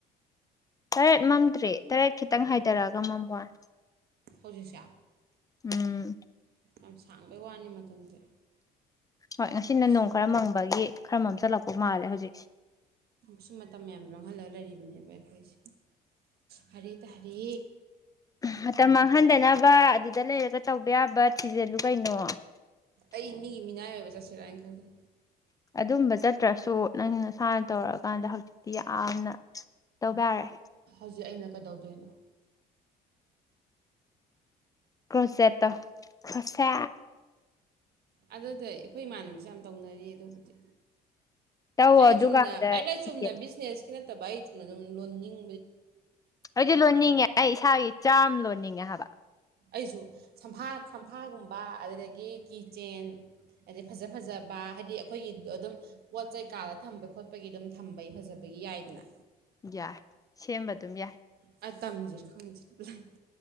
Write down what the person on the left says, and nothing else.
ꯇꯔꯦꯠ ꯃꯝꯗ꯭ꯔꯤ ꯇꯔꯦꯠ ꯈꯤꯇꯪ ꯍꯥꯏꯊꯔꯛꯑꯒ ꯃꯝꯣꯏ
ꯎꯝ
ꯍꯣꯏ ꯉꯁꯤꯅ ꯅꯣꯡ
ꯈꯔ ꯃꯪꯕꯒꯤ ꯈꯔ ꯃꯝ ꯆꯠꯂꯛꯄ ꯃꯥꯜꯂꯦ ꯍꯧꯖꯤꯛꯁꯦ
ꯃꯇꯝ ꯃꯥꯡꯍꯟꯗꯅꯕ ꯑꯗꯨꯗ ꯂꯩꯔꯒ ꯇꯧꯕ ꯌꯥꯕ ꯊꯤꯖꯤꯜꯂꯨ ꯀꯩꯅꯣ
ꯑꯗꯨꯝꯕ ꯆꯠꯇ꯭ꯔꯁꯨ ꯅꯪ ꯅꯁꯥꯅ ꯇꯧꯔꯛꯑꯀꯥꯟꯗ ꯍꯧꯖꯤꯛꯇꯤ ꯌꯥꯝꯅ ꯇꯧꯕ ꯌꯥꯔꯑꯦ
ꯀꯣꯁꯦꯇꯥ ꯑꯁꯦ
ꯇꯧꯋꯣ
ꯑꯗꯨꯀꯥꯟꯗ
ꯊꯤꯖꯤꯟ
ꯑꯩꯗꯤ ꯂꯣꯏꯅꯤꯡꯉꯦ ꯑꯩ ꯏꯁꯥꯒꯤ ꯆꯥꯝ ꯅꯤꯡꯉ ꯍꯥꯏ
ꯌꯥꯏ ꯁꯦꯝꯕ ꯑꯗꯨꯝ ꯌꯥꯏ